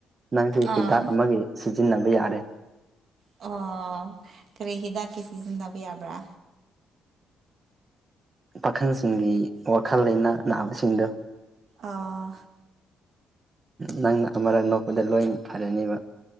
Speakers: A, on the right; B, on the right.
A: ꯅꯪꯁꯦ
B: ꯑꯥ
A: ꯍꯤꯗꯥꯛ ꯑꯃꯒꯤ ꯁꯤꯖꯤꯟꯅꯕ ꯌꯥꯔꯦ
B: ꯑꯣ ꯀꯔꯤ ꯍꯤꯗꯥꯛꯀꯤ ꯁꯤꯖꯤꯟꯅꯟꯅꯕ ꯌꯥꯕ꯭ꯔꯥ
A: ꯄꯥꯈꯪꯁꯤꯡꯒꯤ ꯋꯥꯈꯜ ꯂꯩꯅꯥ ꯅꯥꯕꯁꯤꯡꯗꫭ
B: ꯑꯥ
A: ꯅꯪꯅ ꯑꯃꯔꯛ ꯅꯣꯛꯄꯗ ꯂꯣꯏ ꯐꯔꯅꯤꯕ